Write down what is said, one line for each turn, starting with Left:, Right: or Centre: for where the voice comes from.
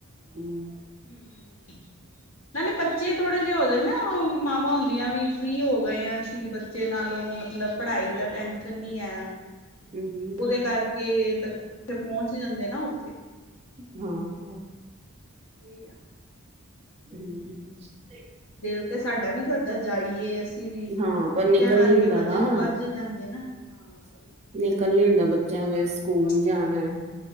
Right: ਹੁਂ।
Left: ਹੁਂ ਹੁਂ ਨਾਲੇ ਬੱਚੇ ਥੋੜੇ ਜਿਹੇ ਹੋ ਜਾਣ ਨਾਂ, ਮਾਵਾਂ ਹੁੰਦੀਆਂ ਵੀ ਫਰੀ ਹੋ ਗਏ ਆਂ ਬੱਚੇ ਨਾਲੋਂ, ਮਤਲਬ ਪੜ੍ਹਾਈ ਦਾ ਟੈਮਨ ਤੇ ਨਹੀਂ ਹੈ,
Right: ਹੂੰ
Left: ਉਹਦੇ ਕਰਕੇ ਕੇ ਬਚੇ ਤੇ ਪਹੁੰਚ ਜਾਂਦੇ ਨਾ ਉਹ
Right: ਹਾਂ।
Left: ਸਹੀ ਆ
Right: ਹਮ <inaudible>
Left: ਦਿਲ ਤੇ ਸਾਡਾ ਵੀ ਕਰਦਾ ਜਾਈਏ ਅਸੀਂ ਵੀ,
Right: ਹਾਂ
Left: ਬਸ
Right: ਪਰ
Left: ਬੱਚਿਆਂ
Right: ਨਿਕਲ
Left: ਕਰਕੇ
Right: ਨੀ ਹੁੰਦਾ
Left: ਬੱਜ
Right: ਨਾ
Left: -ਬੱਜ ਜਾਂਦੇ ਨਾ ਹਾਂ। ਉਹੀ
Right: ਨਿਕਲ ਨਈ ਹੁੰਦਾ ਹੈ। ਬੱਚਿਆਂ
Left: ਨਾਲ
Right: ਫਿਰ ਸਕੂਲ
Left: ਹੀ,
Right: ਜਾਣਾਂ